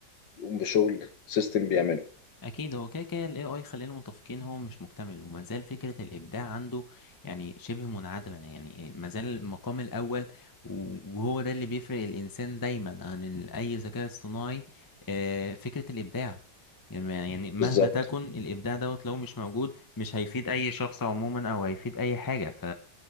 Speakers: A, on the left; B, on the left.
A: يقوم بشغل سيستم بيعمله
B: اكيد هو كده كده الاي اي خلينا متفقين هو مش مكتمل وما زال فكره الابداع عنده يعني شبه منعدمه يعني ما زال المقام الاول و- وهو ده اللي بيفرق الانسان دايما عن ال- اي ذكاء اصطناعي آه، فكره الابداع يعني يعني مهما
A: بالظبط
B: تكن الابداع دوت لو مش موجود مش هيفيد اي شخص عموما او هيفيد اي حاجه ف